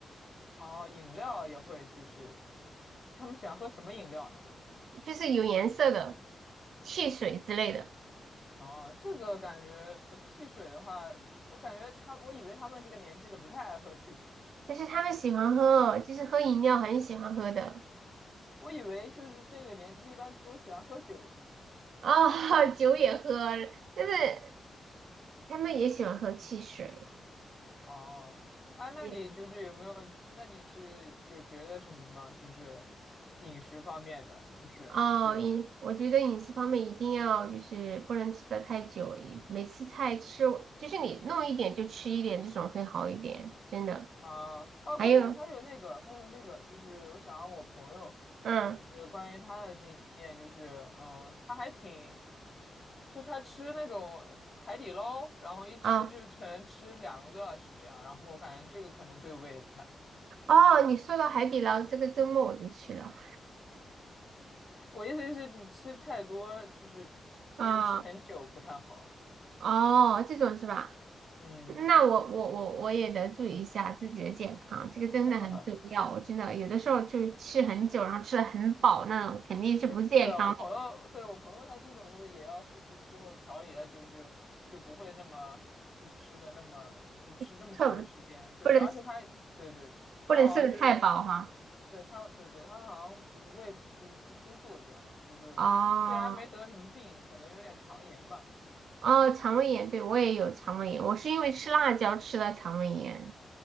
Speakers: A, on the left; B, on the right.
A: 哦，饮料也会，就是他们喜欢喝什么饮料呢？
B: 就是有颜色的汽水之类的，
A: 哦，这个感觉汽水的话，我感觉他，我以为他们这个年纪的不太爱喝汽水，
B: 但是他们喜欢喝，就是喝饮料很喜欢喝的，
A: 我以为就是这个年纪一般都喜欢喝酒什么的。
B: 啊、<laughs> 酒也喝，但是他们也喜欢喝汽水。
A: 哦，啊，那你就是有没有？
B: 对
A: 那你是有觉得什么吗？就是饮食方面的，就是觉
B: 哦，饮，我觉得饮食方面一定要就是不能吃的太久，一每次菜吃就是你弄一点就吃一点，这种会好一点，真的。
A: 啊啊！
B: 还有，
A: 关键还有那个，还有那个，就是我想让我朋友，
B: 嗯
A: 就是关于他的经验，就是嗯，他还挺，就他吃那种海底捞，然后一吃就可能吃两个多小时这样，
B: 啊
A: 然后我感觉这个可能对胃也不太好。
B: 哦，你说到海底捞，这个周末我就去了
A: 我意思是你吃太多，就是你又吃很久不太好。
B: 啊哦，这种是吧？
A: 嗯
B: 那我我我我也得注意一下自己的健康，这个真的很重要。
A: <laughs>
B: 我真的有的时候就吃很久，然后吃的很饱那种，肯定是不健康的，
A: 是我朋友，对，我朋友他这种就是也要就之后调理他就是就不会那么就吃了那么就吃那么长时间，
B: <laughs> 特
A: 对对，
B: 不能
A: 而且他对对，他好像就是
B: 不能吃的太饱哈。
A: 对他对对他好像就是胃不就是不舒服这样，就是嗯虽然没得什么病，
B: 哦。
A: 可能有点肠炎吧那种。
B: 哦，肠胃炎，对，我也有肠胃炎，
A: 嗯，
B: 我是因为吃辣椒吃的肠胃炎。